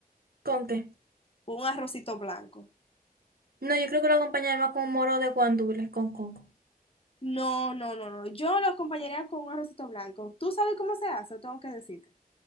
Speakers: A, on the right (about 80°); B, on the left (about 40°).
A: ¿Con qué?
B: Un arrocito blanco.
A: No, yo creo que lo acompañaré más con un moro de guandules con coco.
B: No, no, no, no. Yo lo acompañaría con un arrocito blanco. ¿Tú sabes cómo se hace? ¿O Tengo que decirte.